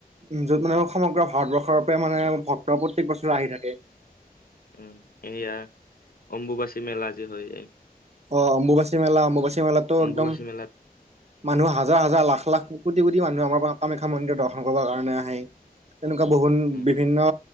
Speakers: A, on the right; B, on the left.
A: য'ত মানে স সমগ্ৰ ভাৰতবৰ্ষৰ পৰাই মানে ভক্ত প্ৰত্যেক বছৰে আহি থাকে।
B: উম, এইয়া অম্বুবাচী মেলা যে হয় এই
A: অঁ, অম্বুবাচী মেলা, অম্বুবাচী মেলাত্টো
B: অম্বুবাচী
A: একদম
B: মেলাত
A: মানুহ হাজাৰ হাজাৰ লাখ লাখ কো কোটি কোটি মানুহ আমাৰ পৰা কামাখ্যা মন্দিৰ দৰ্শন কৰিব কাৰণে আহে। তেনেকুৱা বহুন
B: উম
A: বিভিন্ন
B: উম